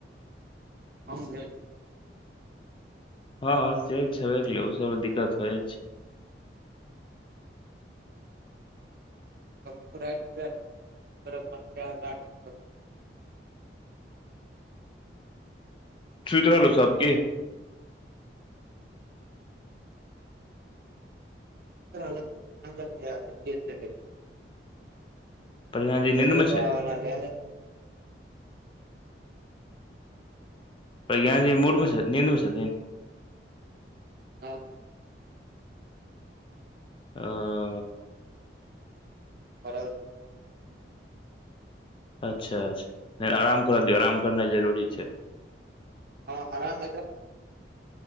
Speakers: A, on the right; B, on the left.
A: हम भी
B: हँ से छै कले सभके दिक्कत होइ
A: <unintelligible>
B: सूत रहलो सभकि
A: <unintelligible>
B: प्रज्ञान जी
A: भैलो
B: नींद मे
A: बाबा
B: छथि
A: वाला लाए ले
B: भैया मूडमे छथि नींदमे छथिन
A: ह।
B: आ।
A: ह <unintelligible> अ।
B: अच्छा, अच्छा आराम करऽ दियौ आराम करनाइ जरूरी छै।
A: हँ आराम